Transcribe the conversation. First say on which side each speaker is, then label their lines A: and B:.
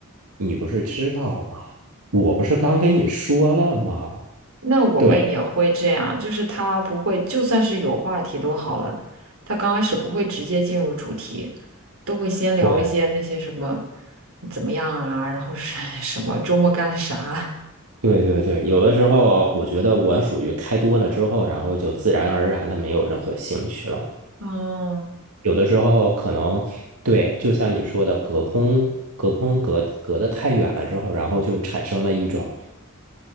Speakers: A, on the right (about 85°); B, on the right (about 65°).
A: 你不是知道吗？我不是刚跟你说了吗？
B: 那我们也会这样，
A: 对
B: 就是他不会，就算是有话题都好了，他刚开始不会直接进入主题，都会先聊一些那些什么
A: 对
B: 你怎么样啊，然后是 <laughs> 什么周末干了啥，
A: 对对对，有的时候我觉得我属于开多了之后，然后就自然而然的没有任何兴趣了。
B: 嗯
A: 有的时候可能对，就像你说的，隔空、隔空隔、隔得太远了之后，然后就产生了一种